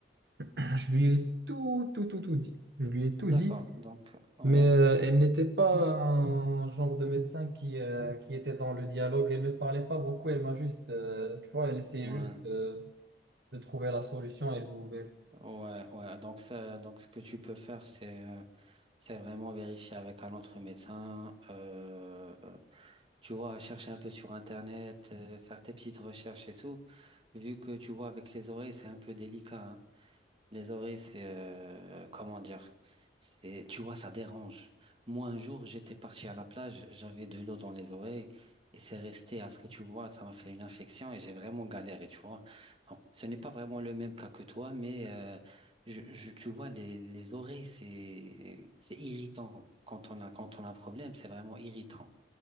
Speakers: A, on the right; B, on the right.
A: <laughs> je lui ai tout, tout, tout, tout dit. Je lui ai tout
B: D'accord,
A: dit,
B: donc, ouais.
A: mais euh, elle n'était pas un genre de médecin qui, euh, qui était dans le dialogue. Elle ne parlait pas beaucoup, elle m'a juste, euh, tu vois, elle essayait
B: Ouais,
A: juste. de de trouver la solution et vous. et-
B: ouais, ouais. Donc ça, donc ce que tu peux faire, c'est euh, c'est vraiment vérifier avec un autre médecin. euh, euh, tu vois, chercher un peu sur Internet, euh, faire tes petites recherches et tout. Vu que tu vois avec les oreilles, c'est un peu délicat. hein. Les oreilles, c'est euh, comment dire? C'est, tu vois, ça dérange. Moi, un jour, j'étais parti à la plage, j'avais de l'eau dans les oreilles et c'est resté. Après, tu vois, ça m'a fait une infection et j'ai vraiment galéré, tu vois. Donc, ce n'est pas vraiment le même cas que toi, mais euh, je, je- tu vois, les, les oreilles, c'est, c'est irritant. Quand on a, quand on a un problème, c'est vraiment irritant.